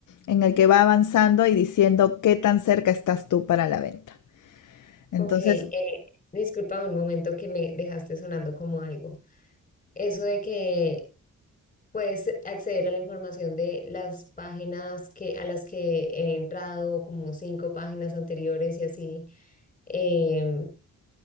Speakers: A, on the left; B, on the left.
A: en el que va avanzando y diciendo qué tan cerca estás tú para la venta. Entonces,
B: ok, eh, disculpa un momento que me dejaste sonando como algo. Eso de que puedes acceder a la información de las páginas que, a las que he entrado, como cinco páginas anteriores y así. em,